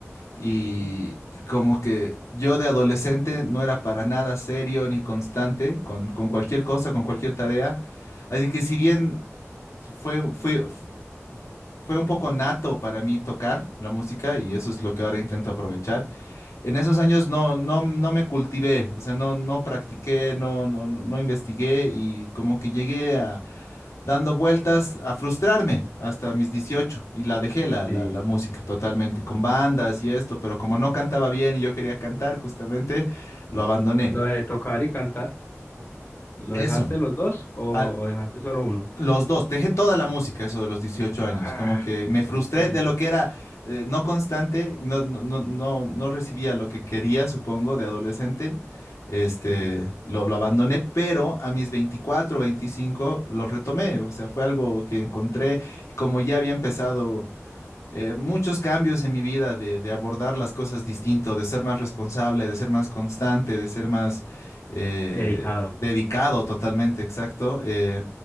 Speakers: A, on the left; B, on the left.
A: y,
B: Sí.
A: y como que yo de adolescente no era para nada serio ni constante con, con cualquier cosa, con cualquier tarea, así que si bien fue, fui- fu- fue un poco nato para mí tocar la música y eso es lo que ahora intento aprovechar. En esos años no, no, no me cultivé, o sea, no, no practiqué, no, no, no no investigué y como que llegué a dando vueltas a frustrarme hasta mis 18 y la dejé la,
B: Sí.
A: la, la música totalmente, con bandas y esto, pero como no cantaba bien y yo quería cantar justamente, lo abandoné.
B: Lo de tocar y cantar, ¿lo
A: Eso,
B: dejaste los dos o,
A: a-
B: o dejaste solo uno?
A: los dos, dejé toda la música, eso de los dieciocho años,
B: Ah,
A: como que me frustré
B: entiendo.
A: de lo que era eh, no constante y no, no, no, no, no recibía lo que quería, supongo, de adolescente. Este,
B: Sí.
A: lo, lo abandoné, pero a mis 24 25 lo retomé, o sea, fue algo que encontré y como ya había empezado eh, muchos cambios en mi vida de, de abordar las cosas distinto, de ser más responsable, de ser más constante, de ser más eh,
B: Dedicado.
A: dedicado totalmente, exacto. eh,